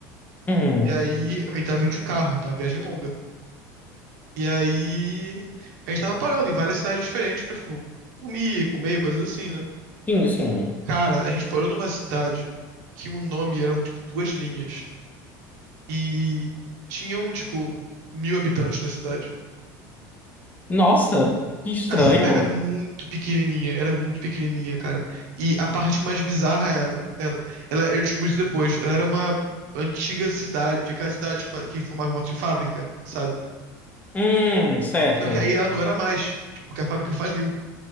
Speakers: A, on the left; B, on the right.
A: Uhum.
B: E aí, eu tava indo de carro, então a viagem é longa. E aí a gente tava parando em várias cidades diferentes pra, tipo, dormir, comer, coisas assim, né?
A: Sim, sim.
B: Cara, a gente parou numa cidade que o nome eram, tipo, duas linhas. E tinham, tipo, mil habitantes da cidade.
A: Nossa, que estranho.
B: A Era muito pequenininha, era muito pequenininha, cara. E a parte mais bizarra era, ela, ela, eu descobri isso depois, ela era uma antiga cidade, aquela cidade que, fa- que formava volta de fábrica, sabe?
A: Hum, certo.
B: Só que aí ela não era mais, tipo, porque a fábrica faliu.